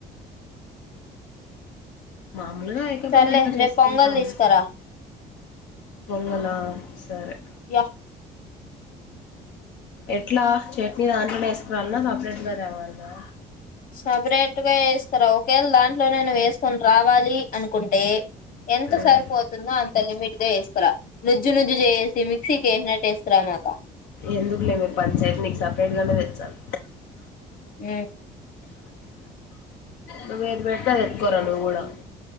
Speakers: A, on the left; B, on the left.
A: మా మామూలుగా ఆయక్క
B: సర్లే
A: పని ఆయక్క చేసుకుంటాది.
B: రేపు పొంగల్ తీసుకురా
A: పొంగలా సరే
B: యా
A: ఎట్లా చట్నీ దాంట్లోనే వేసుకురావాలన్నా సపరేట్ గా తేవాలన్నా
B: సపరేట్ గా వేస్కార ఒకేళ దాంట్లోనే నువ్వు వేసుకొని రావా లి అనుకుంటే ఎంత
A: ఉమ్
B: సరిపోతుందో అంత లిమిట్ గా వేసకరా నుజ్జు నుజ్జు జెస్ <unintelligible> మిక్సీ కేసినట్టు వేసుకోరామాకు
A: ఎందుకులేమే పంచాయతీ నీకు సపరేట్గానే తెచ్చాలే
B: ఉ
A: నువ్వు ఏది పెడితే అది ఎత్తుకొరా నువ్వు కూడా